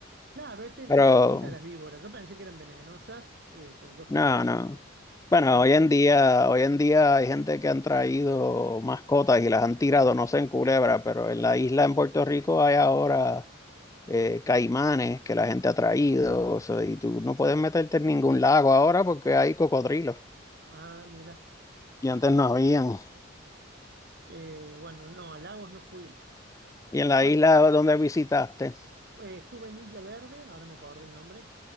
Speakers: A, on the right; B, on the left.
A: Claro, estas eran
B: Pero,
A: chiquitas las víboras. Yo pensé que eran venenosas, eh, porque yo fui
B: no,
A: con,
B: no. Bueno,
A: fui con...
B: hoy en día, hoy en día hay gente que han traído mascotas y las han tirado, no sé en Culebra, pero en la isla en Puerto Rico hay ahora eh, caimanes que la gente ha traído, o sea, y tú no puedes meterte en ningún lago ahora porque hay cocodrilos
A: Ah, mira.
B: y antes no habían.
A: Eh, bueno, no, a Lagos no fui.
B: Y
A: Después
B: en la isla donde visitaste,
A: eh, estuve en Isla Verde, ahora me acordé el nombre,